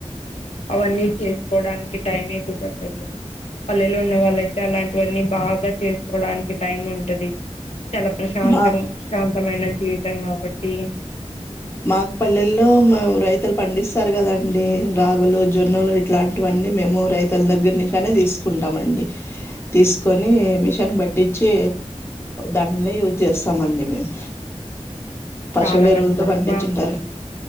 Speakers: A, on the left; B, on the left.
A: అవన్నీ మాకు ఐతే అంత టైమ్ ఉండదు అంటే సిటీ లో చేసుకోవడానికి టైమే కుదరదు పల్లెలో ఉన్న వాళ్ళయితే అలాంటివన్నీ బాగా చేసుకోవడానికి టైం ఉంటుది చాలా ప్రశాంతం
B: మా
A: శాంతమైన జీవితం కాబట్టి
B: మాకుపల్లెల్లో మ రైతులు పండిస్తారు కదండి రాగులు మాకు పల్లెలో రైతులు పండిస్తారు కదా అని రాగులు జొన్నలు ఇట్లాంటివన్నీ మేము రైతుల దగ్గర ఇంకానే తీసుకుంటామండి తీసుకొని మిషన్ పట్టించి దాంనిని యూజ్ చేస్తామండి మేము పశువుల
A: చాలా
B: ఎరువులతో
A: మంచిదండి
B: పండించుంటారు
A: బా